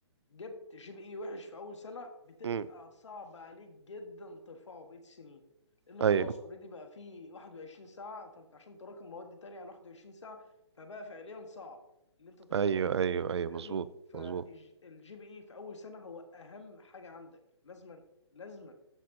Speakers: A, on the left; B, on the right.
A: جبت جي بي اي وحش في اول سنه بتبقى
B: مم.
A: صعب عليك جدا ترفعه بقيه السنين لان
B: ايوه
A: خلاص اوريدي بقى فيه 21 ساعه فانت عشان تراكم مواد تانية على 21 ساعه فبقى فعليا صعب اللي انت ترفعه
B: ايوه ايوه ايوه
A: فاهمني
B: مظبوط
A: فالجي
B: مظبوط
A: بي اي في اول سنه هو اهم حاجه عندك لازما لازما